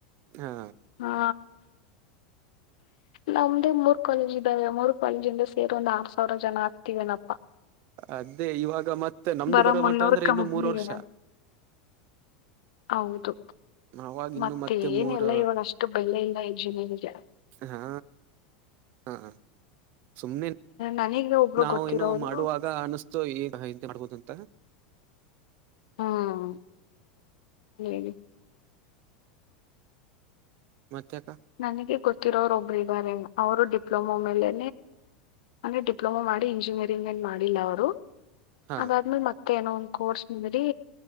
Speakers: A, on the right; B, on the left.
A: ಹಾ
B: ಹಾ ನಮ್ದೇ ಮೂರ್ ಕಾಲೇಜ್ ಇದ್ದಾವೆ ಮೂರ್ ಕಾಲೇಜಿಂದ ಸೇರ್ ಒಂದ್ ಆರ್ ಸಾವಿರ ಜನ ಆಗ್ತಿವ ನ್
A: ಅದೇ ಇವಾಗ ಮತ್ತೆ ನಮ್ದು
B: ಬರ
A: ಬರೋ
B: ಮುನ್ನೂರು
A: ಮಟ ಅಂದ್ರೆ
B: ಕಂಪ್ನಿಗೆ
A: ಇನ್ನು ಮೂರ್ ವರ್ಷಾ
B: ಹೌದು
A: ಅವಾಗ ಇನ್ನು
B: ಮತ್ತೆ ಏನೆಲ್ಲ
A: ಮೂರ್
B: ಇವಾಗ ಅಷ್ಟು ಬ ಇಲ್ಲ ಇಲ್ಲ ಇಂಜಿನಿಯರಿಗ
A: ಹಾ ಹಾ ಸುಮ್ನೆ
B: ನನಗ ಒಬ್ರು
A: ನಾವ
B: ಗೊತ್ತಿರೋರು
A: ಏನು ಮಾಡುವಾಗ <unintelligible> ‌ಸೋ ಏನ್ಂತೆ ಮಾಡ್ಬೋದು ಅಂತ
B: ಹ್ಮ ಹೇಳಿ
A: ಮತ್ತೆಕ
B: ನನಗೆ ಗೊತ್ತಿರೋರೊಬ್ರ ಇದಾರೇನು ಅವರು ಡಿಪ್ಲೊಮಾ ಮೇಲೇ ಅಂದರೆ ಡಿಪ್ಲೊಮೋ ಮಾಡಿ ಇಂಜಿನಿಯರಿಂಗ ಏನು ಮಾಡಿಲ್ಲ ಅವರು.
A: ಹಾ
B: ಅದಾದ್ಮೇಲೆ ಮತ್ತೆ ಏನೋ ಒಂದ ಕೋರ್ಸ್ ಮಾಡಿ